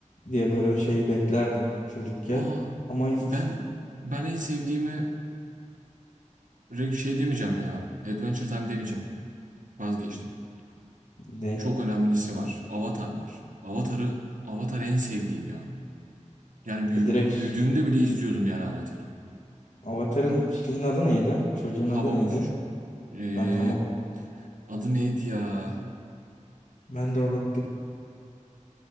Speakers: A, on the left; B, on the right.
A: diye böyle şeyi beklerdim çocukken.
B: Aa,
A: Ama hiç
B: ben ben en sevdiğime reg- şey demeyeceğim ya. Adventure Time demeyeceğim. Vazgeçtim.
A: ne?
B: Çok önemlisi var. Avatar var. Avatar'ı Avatar en sevdiğim ya. Yani büyük,
A: Ya Direkt
B: büyüdüğümde
A: ş-
B: bile izliyordum yani Avatar'ı.
A: Avatar'ın şeyin adı neydi? Çocuğun
B: Hava
A: adı neydi?
B: bükücü. Ee,
A: Ben tamam.
B: adı neydi ya?
A: Ben de unuttum.